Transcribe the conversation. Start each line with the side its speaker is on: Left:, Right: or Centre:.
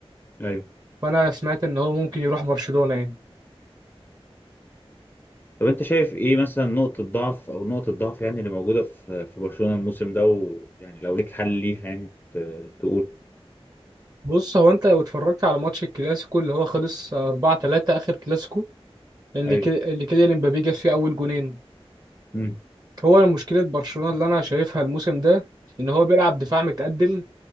Left: أيوه
Right: فانا سمعت ان هو ممكن يروح برشلونه يعني
Left: طب أنت شايف إيه مثلا نقطة ضعف أو نقطة ضعف يعني اللي موجودة في في برشلونة الموسم ده ويعني لو ليك حل ليها يعني ت- تقول
Right: بص هو انت لو اتفرجت على ماتش الكلاسيكو اللي هو خلص 4 3 اخر كلاسيكو اللي
Left: أيوه
Right: كده اللي كده امبابي جاب فيه اول جونين
Left: امم
Right: هو مشكله برشلونه اللي انا شايفها الموسم ده ان هو بيلعب دفاع متقدم